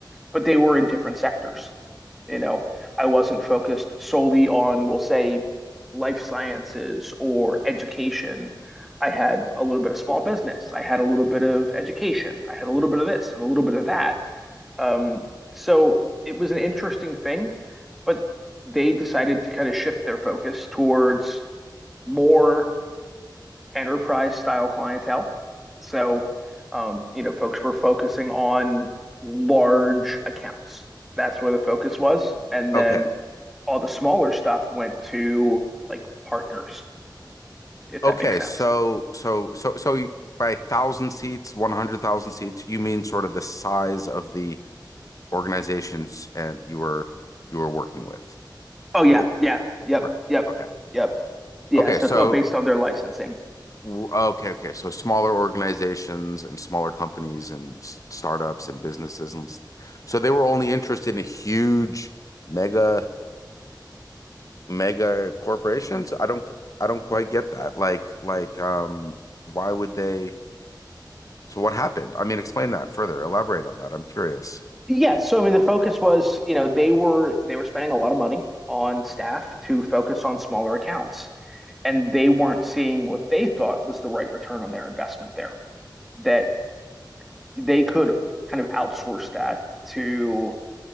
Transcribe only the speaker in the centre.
But they were in different sectors. You know, I wasn't focused solely on, we'll say, life sciences or education. I had a little bit of small business. I had a little bit of education. I had a little bit of this and a little bit of that. Um, so it was an interesting thing, but they decided to kind of shift their focus towards more enterprise style clientele. So, um, you know, folks were focusing on large accounts. That's where the focus was. And
then all the smaller stuff went to like partners, if
that makes sense.
Oh yeah, yeah, yep,
yep,
yep, Yeah,
so
it's all based on their licensing.
yeah. So I mean, the focus was, you know, they were they were spending a lot of money on staff to focus on smaller accounts, and they weren't seeing what they thought was the right return on their investment there. That they could kind of outsource that to